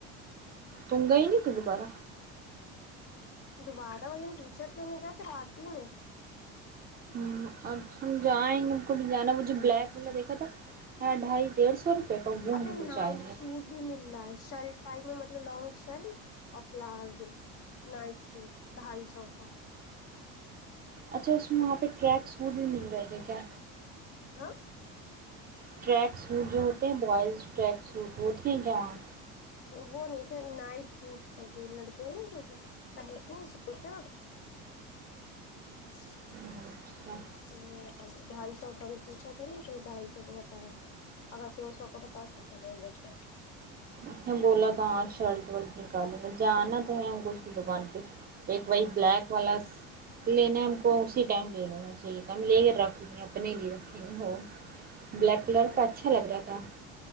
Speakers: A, on the right; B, on the left.
A: تگا ہی نہیں ت دوبارہ
B: دوبارہ وہی ہم ٹی شرٹ لنے گئے چل آتی میں
A: اچ ہم جائیں گے کوبھی جانا مجھے بلیک والا دیکھا تھا ڈھائی ڈیڑھ سو روپے کا وہ
B: ابھی
A: ہم کو
B: نائٹ
A: چاہیے
B: سوٹ بھی مل رہا ہے شرٹ ٹائٹ میں مطلب لانگ شرٹ اور پلازو نائٹ شوٹ ڈھائی سو کا
A: اچھا اس میں وہاں پہ ٹریک سوٹ بھی مل رہے تھے کیا
B: ہ
A: ٹریک سوٹ جو ہوتے ہیں بوائز ٹریک سوٹ ہوتے ہیں ج وہاں
B: وہ نہیں تھے نائٹ سوٹ تھا جو لڑکیاں نا جو پہنتی ہیں سوتے اچ
A: ہ اچھا
B: تو ڈھائی سو کا بھی پوچھا تھا نا تو ڈھائی سو کو بتا رہا تھا اگر جو سو کو بتا آ توم جتے
A: اس نے بولا ہاں شرٹ ورٹ نکالیں گا جانا تو ہے ہم کو اس کی دکان پہ ایک وائٹ بلیک والا لینا ہے ہم کو اسی ٹائم لے لینا ج ت لے کر رکھ لیا اپنے لیے رکھیں ہو وہ بلیک کلر
B: اور
A: کا اچھا لگ رہا تھا